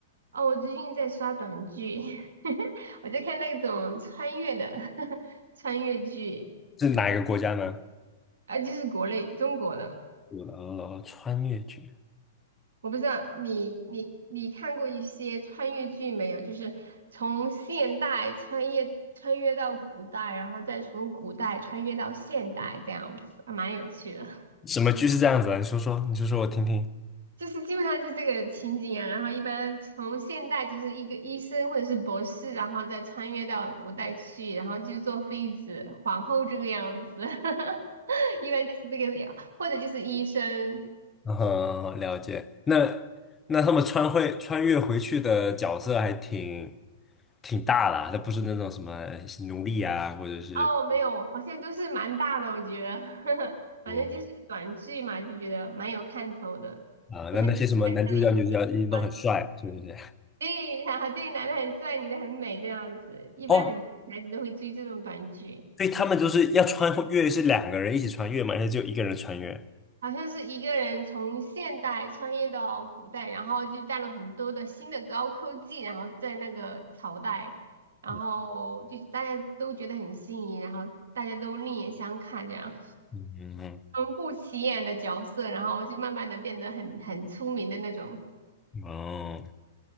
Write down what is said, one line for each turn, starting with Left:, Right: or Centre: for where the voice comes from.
Right: 哦，我最近在刷短剧，<laughs> 我在看那种穿越的 <laughs> 穿越剧，
Left: 是哪一个国家呢？
Right: 啊，就是国内中国的。
Left: 哦，穿越剧，
Right: 我不知道你你你看过一些穿越剧没有？就是从现代穿越穿越到古代，然后再从古代穿越到现代，这样子还蛮有趣的。
Left: 什么剧是这样子的？你说说，你说说我听听。
Right: <laughs> 就是基本上就是这个情景啊，然后一般从现代就是一个医生或者是博士，然后再穿越到古代去，然后就做妃子、皇后这个样子，<laughs> 一般就是这个样，或者就是医生。
Left: 嗯哼，了解。那那他们穿会穿越回去的角色还挺挺大的那不是那种什么奴隶啊，或者是
Right: 哦，没有，好像都是蛮大的，我觉得，<laughs> 呵呵，反正就是短剧嘛，
Left: 哦
Right: 就觉得蛮有看头的。
Left: 啊，
Right: 你很多孩子都应该喜欢，
Left: 那那些什么男主角、女主角一定都很帅，是不是？
Right: 对，<laughs> 然后对，男的很帅，女的很美，这样子，一般很孩子都会追这种短剧。
Left: <laughs> 哦，所以他们就是要穿越，是两个人一起穿越嘛，还是就一个人穿越？
Right: 好像是一个人从现代穿越到古代，然后就带了很多的新的高科技，然后在那个朝代，然后就大家都觉得很新颖，
Left: 嗯
Right: 然后大家都另眼相看这样。
Left: 嗯
Right: 从不起眼的角色，然后就慢慢的变得很很出名的那种，
Left: 嗯，哦。